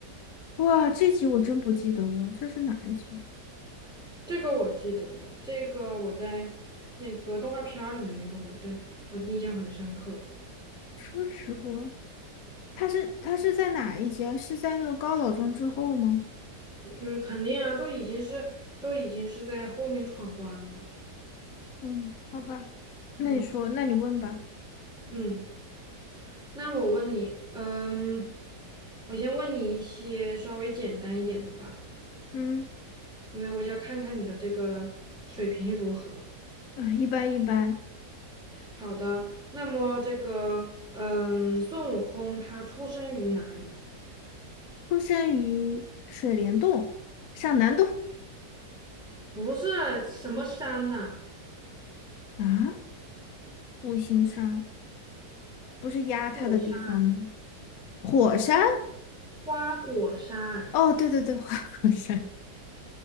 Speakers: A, on the left; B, in the centre.
A: 哇，这集我真不记得了，这是哪一集？
B: 这个我记得的，这个我在那个动画片儿里面那个我真我印象很深刻。
A: 车迟国他是他是在哪一节？是在那个高老庄之后吗？
B: 嗯，肯定啊，都已经是都已经是在后面闯关了。
A: 嗯，好吧，那你说，
B: 嗯，
A: 那你问吧。
B: 嗯，那我问你，嗯，我先问你一些稍微简单一点的吧，
A: 嗯，
B: 因为我想看看你的这个水平如何。
A: 啊，一般一般。
B: 好的，那么这个，嗯，孙悟空他出生于哪里？
A: 出生于水帘洞、上南洞
B: 不是什么山呐、
A: 啊，五行山不是压他的地方吗？
B: 果山，
A: 火山？
B: 花果山。
A: 哦，对对对，<laughs> 花果山。